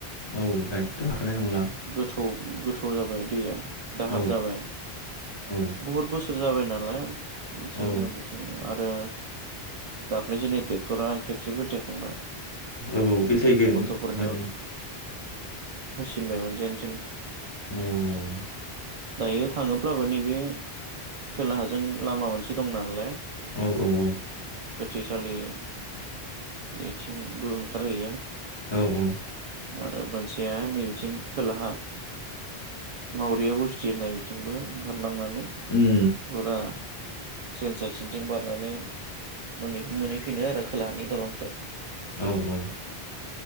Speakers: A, on the left; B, on the right.
A: औ दायोथ' हाखानाय नंला
B: गोथौ गोथौ जाबाय दैया दाहार
A: औ
B: जाबाय
A: औ
B: बुहुद बो थोर जाबाय नालाय बिथिंनो
A: औ
B: बिथिंनो आरो दाख्लैसो नै ट्रेक्टरा खेबसे बेलथायखांबाय।
A: औ बेलथायगोन
B: गथ'फोरनियाव
A: माने
B: थिनबायमोन जेनथेन
A: अम
B: दायो थाङोब्लाबो नैबे खोलाहाजों लामा मोनसे दं नालाय
A: औ औ औ
B: गोथैसालिनिथिंबो ओंखारहैयो
A: औ औ
B: आरो मोनसेया नै बिथिं खोलाहा मावरिया बस्थि होननाय बिथिंबो ओंखा रलांनानै
A: उम
B: जुरा ट्रेन सेसिनथिं बारनानै मोनै-मोनहैफिनो आरो खोलाहानि दलंखो
A: औ औ